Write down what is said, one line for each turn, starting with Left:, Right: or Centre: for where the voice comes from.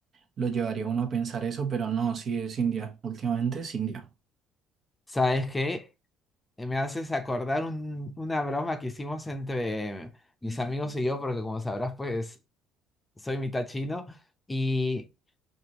Right: lo llevaría a uno a pensar eso, pero no, sí es India, últimamente es India.
Left: ¿Sabes qué? Eh, Me haces acordar un- una broma que hicimos entre mis amigos y yo, porque como sabrás, pues soy mitad chino. y